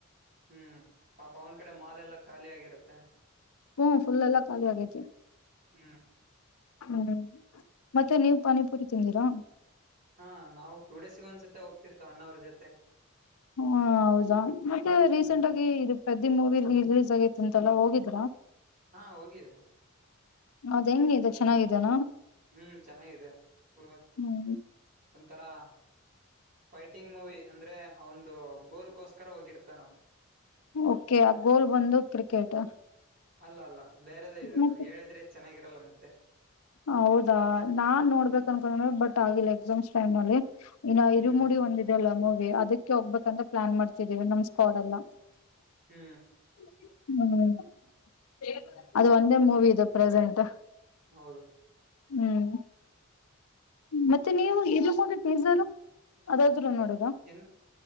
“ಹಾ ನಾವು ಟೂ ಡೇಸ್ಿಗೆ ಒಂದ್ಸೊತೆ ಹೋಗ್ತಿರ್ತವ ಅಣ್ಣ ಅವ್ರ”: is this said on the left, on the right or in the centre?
Right